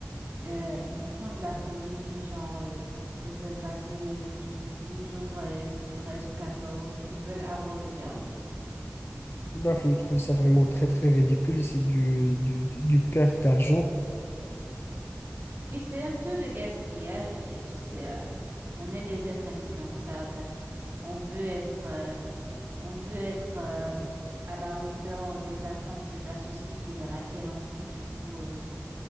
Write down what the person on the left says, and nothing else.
Baf, je trouve ça vraiment très, très ridicule et c'est du, du, du, du perte d'argent.